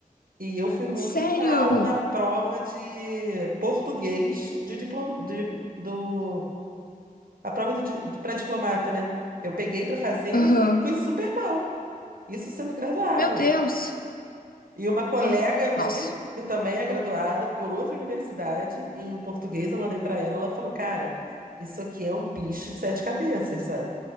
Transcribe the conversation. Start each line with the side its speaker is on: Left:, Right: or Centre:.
Right: e eu fui muito
Left: Sério?
Right: mal na prova de português de diploma, de- do, a prova do, para diplomata, né? Eu peguei para fazer
Left: Aham.
Right: e fui super mal, isso sendo graduada.
Left: Meu Deus.
Right: E uma colega
Left: Ah,
Right: minha,
Left: Nossa,
Right: que também é graduada por outra universidade em português, eu mandei para ela, ela falou, cara, isso aqui é um bicho de sete cabeças, sabe?